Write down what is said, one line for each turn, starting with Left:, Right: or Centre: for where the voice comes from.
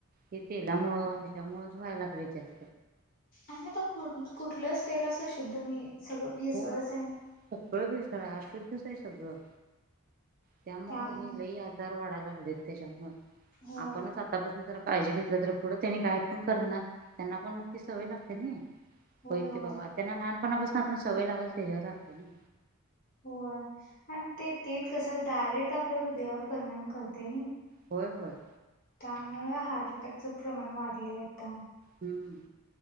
Right: हे तेलामुळं त्याच्यामुळंच व्हायला लागले जास
Left: आण त कुठ कुठलंच तेल असं शुद्ध नाही सगळं भेसळच
Right: हो
Left: आहे.
Right: सगळं भेसळ आहे अशुद्धच आहे सगळं त्यामुळ
Left: त्यामुळे
Right: कनी लई आज. आजार वाढायलागले त्याच्यामुळ
Left: होय
Right: आपणच आतापासून काहिजी घेतलं तर पुढं त्यांनी काय पण करणार त्यांना पण मग ती सवय लागते नाही.
Left: होय
Right: होयती
Left: होय
Right: बाबा त्यांना लहानपणापासून आपण सवय लावाल त्याच्यावर असते ना.
Left: होय आणि ते तेल कस डायरेक्ट आपल्या हृदयावर परिणाम करते नही.
Right: होय होय.
Left: त्यामुळे हार्ट अटॅकचं प्रमाण वाढले आता.
Right: हम्म